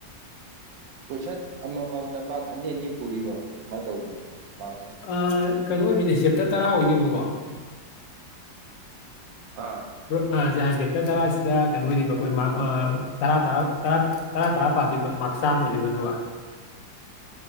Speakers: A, on the right; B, on the left.
A: ꯀꯣꯏꯁꯟ ꯑꯃꯃꯝꯗ ꯃꯥꯔꯛ ꯑꯅꯤ ꯑꯅꯤ ꯄꯨꯔꯤꯔꯣ ꯀꯃꯥꯏꯅ ꯇꯧꯔꯤꯅꯣ ꯃꯥꯔꯛꯁꯦ
B: ꯑ ꯀꯩꯅꯣ ꯑꯣꯏꯗꯣꯏꯅꯦ ꯆꯦꯞꯇꯔ ꯇꯔꯥ ꯑꯣꯏꯗꯣꯏꯕꯀꯣ
A: ꯑꯥ
B: ꯑ ꯗꯦꯞꯇ ꯇꯔꯥꯁꯤꯗ ꯀꯩꯅꯣꯧꯔꯤꯕ ꯑꯩꯈꯣꯏ ꯃꯥꯔꯛ ꯇꯔꯥ ꯇꯔꯥ ꯇꯔꯥ ꯇꯔꯥ ꯇꯔꯥ ꯄꯥꯗꯣꯢꯕ ꯃꯥ ꯆꯥꯝꯃ ꯑꯣꯢꯗꯣꯢꯕ ꯑꯗꯨꯒ